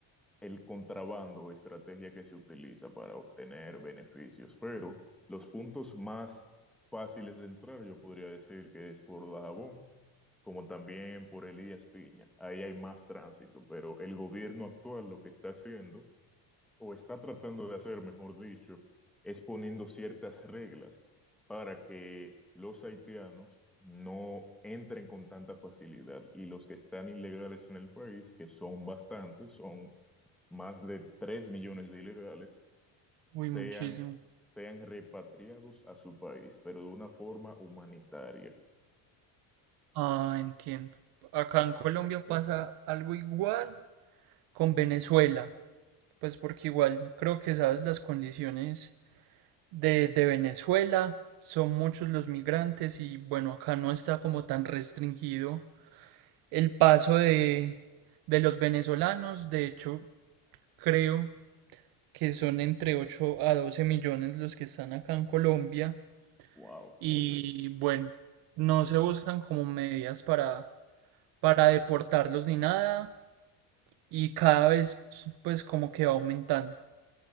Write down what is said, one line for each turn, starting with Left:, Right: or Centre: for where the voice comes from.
Centre: el contrabando o estrategia que se utiliza para obtener beneficios. Pero los puntos más fáciles de entrar, yo podría decir que es por Dajabón, como también por Elías Piña. Ahí hay más tránsito, pero el gobierno actual lo que está haciendo o está tratando de hacer, mejor dicho, es poniendo ciertas reglas para que los haitianos no entren con tanta facilidad y los que están ilegales en el país, que son bastantes, son más de 3 millones de ilegales,
Right: Uy, muchísimo.
Centre: sean, sean repatriados a su país, pero de una forma humanitaria.
Right: Ah, entiendo. Acá en Colombia pasa algo igual con Venezuela, pues porque igual creo que sabes las condiciones de, de Venezuela, son muchos los migrantes y bueno, acá no está como tan restringido el paso de, de los venezolanos, de hecho. Creo que son entre 8 a 12 millones los que están acá en Colombia
Centre: Wow.
Right: y bueno, no se buscan como medidas para, para deportarlos ni nada y cada vez pues como que va aumentando.